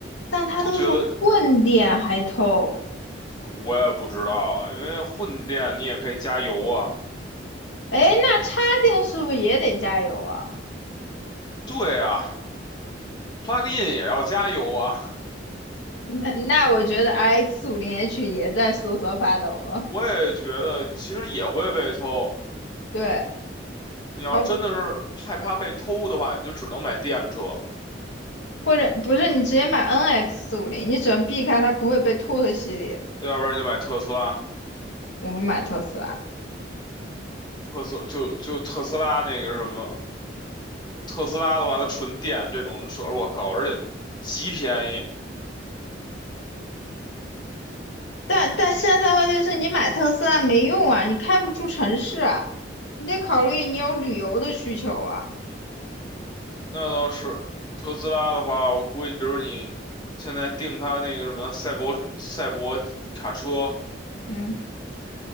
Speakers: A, on the left; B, on the left.
A: 但它都是混电还偷，
B: 都觉得我也不知道啊，因为混电你也可以加油啊，
A: 哎，那插电是不是也得加油啊？
B: 对啊，plug in 也要加油啊，
A: 那那我觉得 RX 五零 H 也在瑟瑟发抖了。
B: 我也觉得其实也会被偷。
A: 对，
B: 你要真的是害怕被偷的话，
A: 好。
B: 你就只能买电车，
A: 或者不是你直接买 NX 四五零，你只能避开它不会被偷的系列。
B: 要不然你就买特斯拉。
A: 我不买特斯拉，
B: 特斯就就特斯拉那个什么，特斯拉的话，它纯电这种车，我靠，而且极便宜。
A: 但但现在问题是你买特斯拉没用啊，你开不出城市啊，你得考虑你有旅游的需求啊。
B: 那倒是，特斯拉的话，我估计，比如你现在订它那个什么赛博赛博卡车，
A: 嗯，